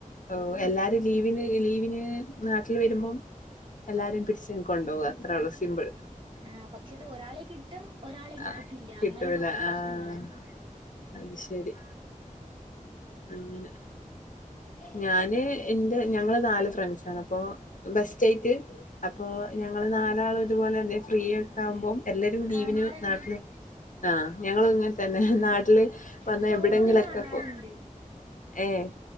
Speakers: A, on the left; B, on the right.
A: ഓഹ് എല്ലാരും ലീവിന് ലീവിന് നാട്ടില് വരുമ്പം. എല്ലാരും പിടിച്ച് കൊണ്ടോക ത്രേള്ളൂ സിമ്പിൾ
B: ആഹ് പക്ഷെ ഇത് ഒരാളെ കിട്ടും ഒരാളെ കിട്ടത്തില്ല
A: ആഹ് കിട്ടൂല
B: അങ്ങനെ കുറച്ച് പ്രശ്നങ്ങളുണ്ട്
A: ആഹ് അത്ശരി അങ്ങനെ ഞാന് ന്റെ ഞങ്ങള് നാല് ഫ്രണ്ട്സാണ് അപ്പൊ ബെസ്റ്റായിട്ട് അപ്പൊ
B: ഉം
A: ഞങ്ങള് നാലാള് ഇതുപോലെ എന്നെ ഫ്രീയൊക്ക ആകുമ്പ എല്ലാരും
B: കാണാറുണ്ട്
A: ലീവിന് നാട്ടില്... ആഹ് ഞങ്ങള് ഇങ്ങൻതന്നെ നാട്ടില് വന്ന
B: സ്റ്റോറി
A: എബിടെങ്കിലൊക്കെ
B: കാണാറുണ്ട്
A: പോ.. ഏഹ്